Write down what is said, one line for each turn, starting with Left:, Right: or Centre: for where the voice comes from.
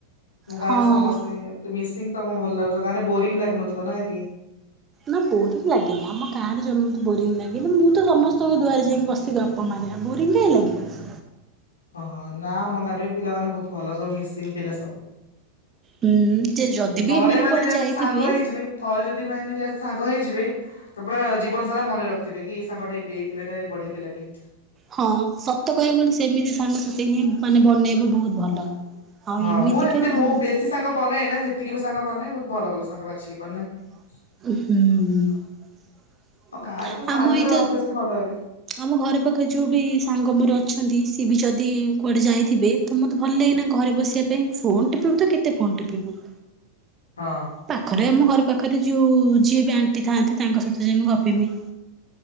Left: ଅ ଗାଁରେ
Right: ହଁ
Left: ସମସ୍ତେ ତି ମିଶ ଫିନ୍ ଟା ତମକୁ ଭଲ ଲାଗିଥିବ। ଗାଁ ରେ ବୋରିଂ ଲାଗୁନଥିବ ନା କି?
Right: ନା ବୋରିଂ ଲାଗେନି। ଆମ ଗାଁରେ ଯେମିତି ବୋରିଂ ଲାଗେନି। ମୁଁ ତ ସମସ୍ତଙ୍କ ଦୁଆରେ ଯାଇକି ବସିିବି ଅପ <unintelligible> ବୋରିଂ କାଇଁ ଲାଗିବ?
Left: ଅ ହ। ନା ଆମ ଘରେ ପିଲାମାନେ ବହୁତ ଭଲ ସବୁ ମିସିଙ୍ଗ ପିଲା ସବୁ।
Right: ହୁଁ। ଯେ ଯଦି
Left: ଥରେ
Right: ବି ଏମାନେ
Left: ମାନେ
Right: କୁଆଡେ
Left: ଏମତିଆ
Right: ଯାଇଥିବେ
Left: ସବୁ ସାଙ୍ଗ ହେଇଯିବେ, ଥରେ ଯଦି ମାନେ ଯାହା ସହ ସାଙ୍ଗ ହେଇଯିବେ ତ ପରା ଜୀବନ ସାରା ମନେ ରଖିଥିବେ, କି ସାଙ୍ଗ ଟା ଏଇ ପି ପିଲାଟା ଏ ବଢିଆ ପିଲାଟି।
Right: ହଁ ସତ କହିବାକୁ ଗଲେ ସେମିତି ସାଙ୍ଗସଥି ହିଁ ମାନେ ବନେଇବ ବହୁତ ଭଲ। ଆଉ
Left: ହଁ,
Right: ଏମିତିକା
Left: ମୁଁ ଏତେ
Right: ହୁଁ
Left: ବହୁ ବେଶୀ ସାଙ୍ଗ ବନାଏନା, ଯେତିକି ବି ସାଙ୍ଗ ବନାଏ ବହୁ ଭଲ ଭଲ ସାଙ୍ଗରେ ଆଛିିକିି ବନାଏ।
Right: ହୁଁ।
Left: ଆଉ ଗାଁରେ ତ ଗାଁ
Right: ଆମ
Left: ପିଲା
Right: ଏଇତ,
Left: ତ ଅଭିଅସଲି ଭଲ ହେବେ।
Right: ଆମ ଘର ପାଖରେ ଯୋଉ ବି ସାଙ୍ଗ ମର ଅଛ ନ୍ତି, ସେ ବି ଯଦି କୁଆଡେ ଯାଇଥିବେ, ତ ମତେ ଭଲ ଲାଜେନା ଘରେ ବସିବା ପାଇଁ, ଫୋନ୍ ଟିପିବୁ ଯେ କେତେ ଫୋନ୍ ଟିପିବୁ?
Left: ହଁ
Right: ପାଖରେ ଆମ ଘର ପାଖ ଖରେ ଯଉ ଯିଏ ବି ଆଣ୍ଟି ଥାଆନ୍ତି, ତାଙ୍କ ସହିତ ଯାଇ ମୁ ଗପିମି